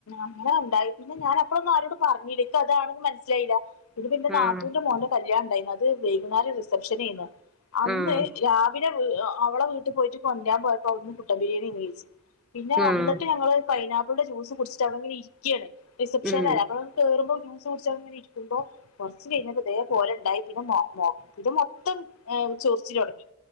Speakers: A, on the left; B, in the centre.
A: അങ്ങനെ ഉണ്ടായി പിന്നെ ഞാൻ അപ്പഴൊന്നും ആരോട് പറഞ്ഞില്ല അത് ആണെന്ന് മനസ്സിലായില്ല ഇത് പിന്നെ നാത്തൂന്റെ
B: ആഹ്
A: മോന്റെ കല്യാണം ഉണ്ടായിരുന്നുത് വൈകുന്നേര റിസപ്ഷൻന്ന് അന്ന്
B: ആഹ്
A: രാവിലെ അവളെ വീട്ടിൽ പോയിട്ട് കൊണ്ടരാൻ പോയപ്പോ അവിടുന്ന് കുട്ട ബിരിയാണി മേടിച്ചു പിന്നെ വന്നട്ട്
B: ആഹ്
A: പൈനപ്പിളിന്റെ ജൂസ് കുടിച്ചട്ട് അടെ അങ്ങനെ ഇരിക്കയാണ് റിസപ്ഷനല്ല
B: ഉം
A: അ കേറുമ്പോ ജ്യൂസ് കുടിച്ചു ഇരിക്കുമ്പോ കുറച്ച കഴിഞ്ഞപ്പം ഇതയേ പോലെ ഉണ്ടായി പിന്നെ ഇത് മൊത്തം ചൊറിച്ചിൽ തുടങ്ങി